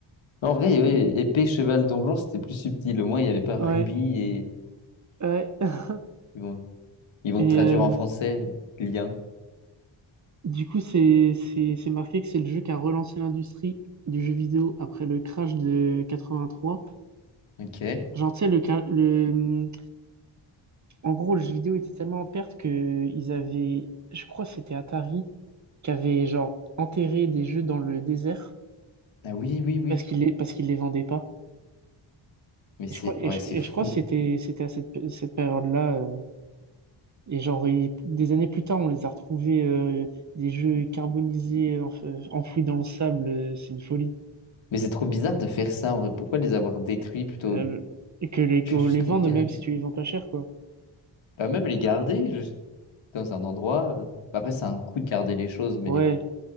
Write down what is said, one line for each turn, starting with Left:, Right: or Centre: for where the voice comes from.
Left: En vrai, oui, épée, cheval, donjon, c'était plus subtil. Au moins, il n'y avait pas
Right: Ouais,
Left: rubis et.
Right: ouais. <laughs>
Left: Ils vont, ils vont
Right: Et
Left: te traduire
Right: euh,
Left: en français, euh, lien.
Right: du coup, c'est c'est- c'est marqué que c'est le jeu qui a relancé l'industrie du jeu vidéo après le crash de 83.
Left: Ok.
Right: Genre, tu sais, le, ca- le, en gros, le jeu vidéo était tellement en perte que ils avaient, je crois que c'était Atari, qui avait genre enterré des jeux dans le désert
Left: Ah oui, oui, oui.
Right: parce qu'ils les, parce qu'ils les vendaient pas.
Left: Mais c'est
Right: Et je crois, et
Left: ouais,
Right: je,
Left: c'est
Right: et
Left: fou.
Right: je crois que c'était c'était à cette, cette période-là. euh, Et genre, il- des années plus tard, on les a retrouvés euh, des jeux carbonisés euh, enf- euh, enfouis dans le sable. euh, c'est une folie.
Left: Mais c'est trop bizarre de faire ça en vrai. Pourquoi les avoir détruits plutôt
Right: Euh, et que les,
Left: Je
Right: que
Left: vais juste
Right: les vendre,
Left: les garder.
Right: même si tu les vends pas cher, quoi.
Left: Bah, même les garder juste dans un endroit. euh, bah, Après, c'est un coup de garder les choses, mais,
Right: Ouais,